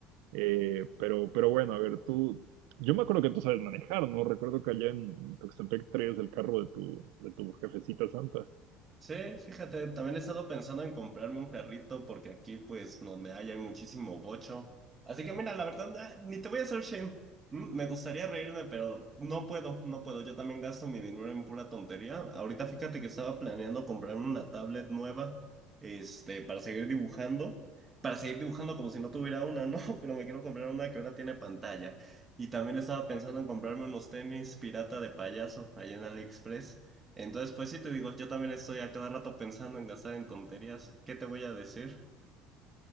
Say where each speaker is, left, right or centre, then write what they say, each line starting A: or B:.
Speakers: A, on the right; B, on the right.
A: Eh, pero, pero bueno, a ver, tú, yo me acuerdo que tú sabes manejar, ¿no? Recuerdo que allá en Tuxtepec traías el carro de tu, de tu jefecita santa.
B: Sí, fíjate, también he estado pensando en comprarme un carrito porque aquí, pues, donde hay, hay muchísimo bocho. Así que mira, la verdad, ah, ni te voy a hacer shame. Mm, Me gustaría reírme, pero no puedo, no puedo. Yo también gasto mi dinero en pura tontería. Ahorita fíjate que estaba planeando comprarme una tablet nueva, este, para seguir dibujando. Para seguir dibujando como si no tuviera una, ¿no? <laughs> Pero me quiero comprar una que ahora tiene pantalla. Y también estaba pensando en comprarme unos tenis pirata de payaso allá en AliExpress. Entonces, pues sí, te digo, yo también estoy a cada rato pensando en gastar en tonterías. ¿Qué te voy a decir?